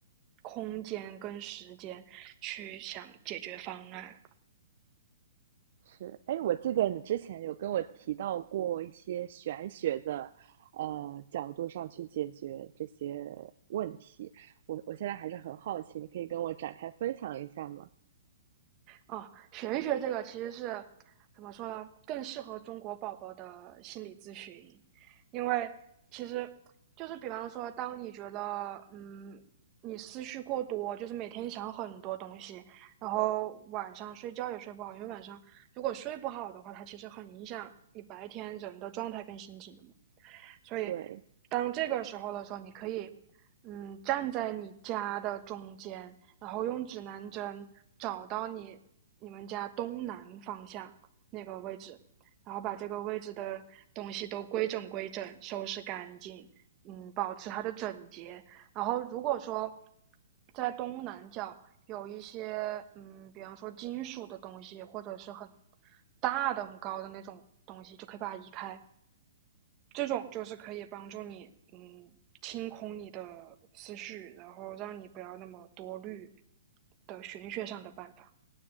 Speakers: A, on the right; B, on the right.
A: 空间跟时间去想解决方案。
B: 是，哎，我记得你之前有跟我提到过一些玄学的呃角度上去解决这些问题，我我现在还是很好奇，你可以跟我展开分享一下吗？
A: 哦，玄学这个其实是怎么说呢？更适合中国宝宝的心理咨询，因为其实就是比方说，当你觉得嗯，你思绪过多，就是每天想很多东西，然后晚上睡觉也睡不好，因为晚上如果睡不好的话，它其实很影响你白天人的状态跟心情的嘛。所以
B: 对，
A: 当这个时候的时候，你可以嗯站在你家的中间，然后用指南针找到你你们家东南方向那个位置，然后把这个位置的东西都规整规整，收拾干净，嗯，保持它的整洁。然后如果说在东南角有一些嗯，比方说金属的东西，或者是很大的、很高的那种东西，就可以把它移开。这种就是可以帮助你，嗯，清空你的思绪，然后让你不要那么多虑的玄学上的办法。